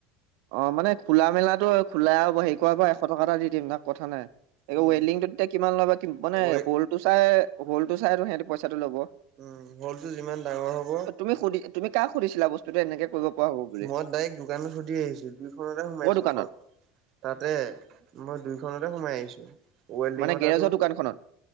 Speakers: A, on the right; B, on the right.
A: অ মানে খোলা মেলাতটো খোলাই আৰু হে কৰ পৰা এশ টকা এটা দি দিম তাক কথা নাই এই
B: উম
A: ৱেল্ডিংটো তেতিয়া কিমান ল'বা মানে
B: হয়
A: হলটো চাই হলটো চাই আৰু সিহ পইচাটো ল'ব।
B: উম, হল টো যিমান ডাঙৰ হ'ব।
A: তুমি সুধি তুমাক সুধিছিলা বসু এনেকৈ কৰিব। পৰা হ'ব বুলি
B: মই ডাইৰেক্ট দোকানো সুধি আহিছো দুইখনতে সোমাইছো
A: কৰ দোকানত?
B: মই। তাতে মই দুইখনতে সোমাই আহিছো ওৱেল্ডিঙৰ
A: মানে গেৰেজৰ
B: তো।
A: দোকানখনত